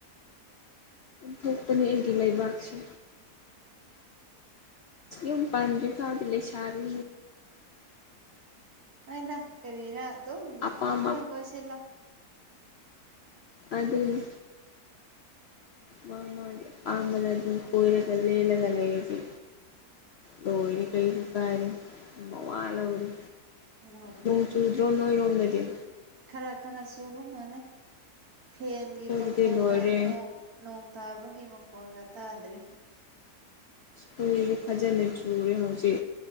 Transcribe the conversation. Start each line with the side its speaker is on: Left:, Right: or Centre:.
Left: ꯐꯣꯄꯅꯤ ꯑꯩꯒꯤ ꯂꯩꯕꯥꯛꯁꯤ ꯨꯝ ꯄꯟ꯭ ꯐ ꯑꯗꯨ ꯂꯩ ꯁꯔꯗ
Right: ꯅꯣꯏꯗ ꯀꯔꯤꯔꯥ ꯑꯗꯨꯝ
Left: ꯑꯄꯥꯝ
Right: ꯄꯪꯀꯣꯏ ꯀꯣꯏꯁꯤꯜꯂꯣ
Left: ꯑꯗꯨꯗ ꯃꯥꯃ ꯑꯃꯔꯔꯖꯟ ꯀꯣꯏꯂꯒ ꯂꯂꯒꯅꯦ ꯍꯥꯏꯖꯤ ꯗꯣꯏꯅꯤ ꯀꯩꯁꯨ ꯀꯥꯔ ꯏꯃ ꯋꯥꯂꯧꯗꯤ
Right: ꯂꯧꯔꯨꯔꯅꯨ
Left: ꯃꯣꯡꯆꯨꯗ꯭ꯔ ꯅꯣꯏꯔꯣꯟꯗꯗꯌꯥ
Right: ꯈꯔ ꯈꯔ ꯆꯨꯕ ꯃꯥꯂꯩ ꯐꯦꯟꯒꯤ
Left: ꯑꯩꯈꯣꯏꯗꯗꯤ
Right: ꯃꯈꯣꯟꯅ
Left: ꯂꯣꯏꯔꯦ
Right: ꯅꯣꯡ ꯇꯥꯕ ꯃꯒꯤ ꯃꯄꯣꯒꯠꯇ ꯑꯗꯨ꯭ꯔꯦ
Left: ꯁꯣꯏ ꯂꯦ ꯐꯖꯅꯁꯨꯨꯔꯔꯤ ꯍ ꯍꯧꯖꯤꯦ